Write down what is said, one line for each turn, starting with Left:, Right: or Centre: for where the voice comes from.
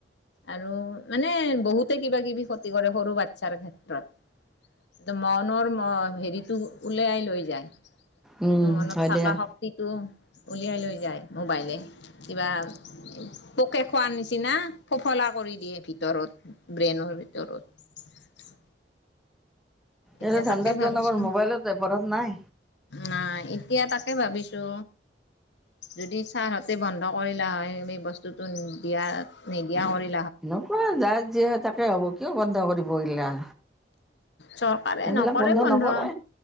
Left: আৰু মানে বহুতে কিবা-কিবি ক্ষতি কৰে সৰু বাচ্ছাৰ ক্ষেত্ৰত। এ মনৰ ম হেৰিটো উলিয়াই লৈ যায়
Centre: উম
Left: যটো মনত
Centre: হয়
Left: থকা
Centre: দিয়া
Left: শক্তিটো উলিয়াই লৈ যায় মোবাইলে কিবা পোকে খোৱাৰ নিচিনা। ফফলা কৰি দিয়ে ভিতৰত ব্ৰেইনৰ ভিতৰত।
Centre: এইটো
Left: এতিয়া
Centre: ধান্দাটো
Left: তাকে ভাবিছো,
Centre: আমাৰ মোবাইলতে পঢ়াত নাই
Left: নাই এতিয়া তাকে ভাবিছো। <unintelligible> যদি ছাৰহতে বন্ধ কৰিলা হয়, বস্তুতটো দিয়া নিদিয়া কৰি
Centre: নকৰা যাৰ যি হয় তাকে হ'ব কিয় বন্ধ কৰিব এইগিলা।
Left: চৰকাৰে
Centre: এইবিলাক
Left: নকৰে বন্ধ
Centre: নকৰে